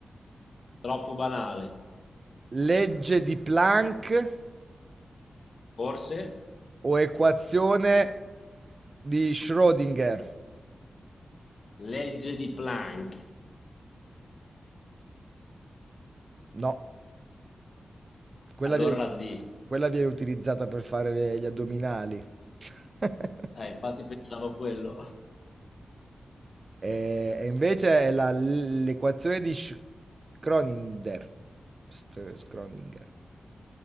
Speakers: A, on the left; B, on the right.
A: troppo banale.
B: Legge di Planck
A: Forse
B: o equazione di Schrödinger?
A: legge di Planck.
B: No. Quella
A: Allora
B: viene,
A: la D.
B: quella viene utilizzata per fare le- gli addominali. <laughs>
A: Eh, infatti pensavo a quello.
B: E, e invece è la- l'equazione di Sch- Schrödinger. St- Schrödinger.